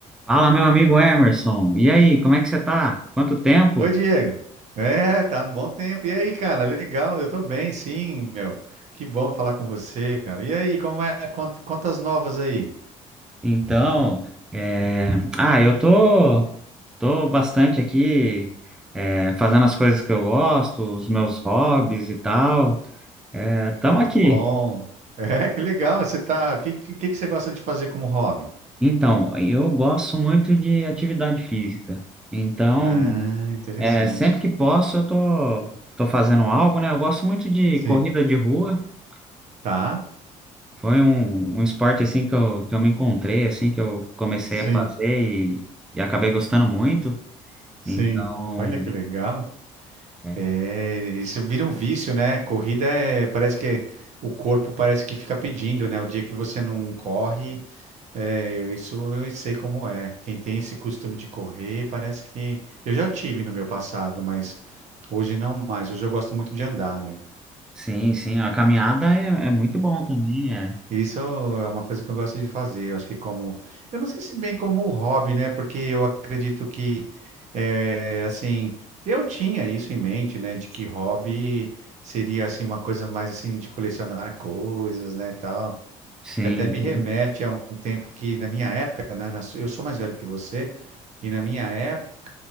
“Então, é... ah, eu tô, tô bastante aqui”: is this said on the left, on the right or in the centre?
Centre